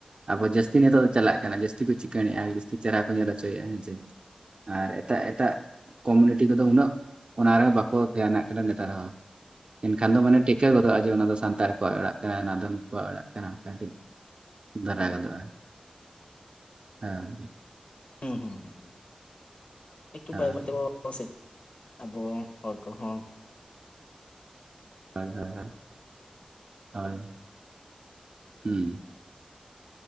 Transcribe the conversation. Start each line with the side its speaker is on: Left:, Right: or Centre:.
Right: ᱟᱵᱚ ᱡᱟᱹᱥᱛᱤ ᱱᱤᱛᱚᱜ ᱫᱚ ᱪᱟᱞᱟᱜ ᱠᱟᱱᱟ ᱡᱟᱹᱥᱛᱤ ᱠᱚ ᱪᱤᱠᱟᱹᱲᱬᱮᱫᱼᱟ ᱡᱟᱹᱥᱛᱤ ᱪᱮᱦᱨᱟ ᱠᱚ ᱧᱮᱞ ᱦᱚᱪᱚᱭᱮᱫᱼᱟ ᱦᱮᱸᱥᱮ᱾ ᱟᱨ ᱮᱴᱟᱜ ᱮᱴᱟᱜ ᱠᱚᱢᱩᱱᱤᱴᱤ ᱠᱚᱫᱚ ᱩᱱᱟᱹᱜ ᱚᱱᱟᱨᱮ ᱵᱟᱠᱚ ᱫᱷᱮᱭᱟᱱᱟᱜ ᱠᱟᱱᱟ ᱱᱮᱛᱟᱨ ᱦᱚᱸ ᱮᱱᱠᱷᱟᱱ ᱫᱚ ᱢᱟᱱᱮ ᱴᱷᱤᱠᱟᱹᱚᱫ ᱱᱤᱛ ᱡᱮ ᱚᱱᱟ ᱫᱚ ᱥᱟᱱᱛᱟᱲ ᱠᱚᱣᱟᱜ ᱚᱲᱟᱜ ᱠᱟᱱᱟ ᱚᱱᱟ ᱫᱚ ᱱᱩᱠᱩᱣᱟᱜ ᱚᱲᱟᱜ ᱠᱟᱱᱟ ᱠᱟᱴᱤᱡ᱾ ᱫᱷᱟᱨᱟ ᱜᱚᱫᱚᱜᱼᱟ ᱦᱮᱸ,
Left: ᱦᱩᱸ ᱦᱩᱸ ᱦᱩᱸ ᱦᱩ ᱮᱴᱩ
Right: ᱦᱳᱭ
Left: ᱚᱠᱟᱥᱮᱪ ᱟᱵᱚ ᱦᱚᱲ ᱠᱚᱦᱚᱸ᱾
Right: ᱦᱳᱭ ᱦᱳᱭ ᱦᱳᱭ ᱟᱡ ᱦᱩᱸ